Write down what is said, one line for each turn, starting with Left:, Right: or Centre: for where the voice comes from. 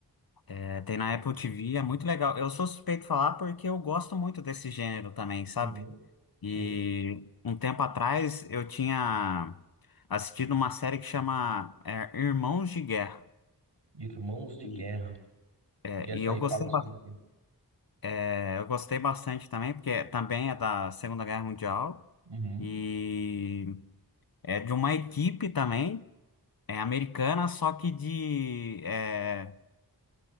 Left: é, tem
Right: Bem
Left: na
Right: legal.
Left: Apple TV, é muito legal. Eu sou suspeito de falar porque eu gosto muito desse gênero também, sabe?
Right: Uhum.
Left: E
Right: Sim.
Left: um tempo atrás eu tinha assistido uma série que chama é, Irmãos de Guerra.
Right: Irmãos de
Left: E,
Right: Guerra.
Left: é,
Right: E essa
Left: e eu
Right: aí
Left: gostei,
Right: fala sobre
Left: ba-
Right: o quê?
Left: é, eu gostei bastante também, porque também é da Segunda Guerra Mundial
Right: Uhum.
Left: e é de uma equipe também, é americana, só que de, é,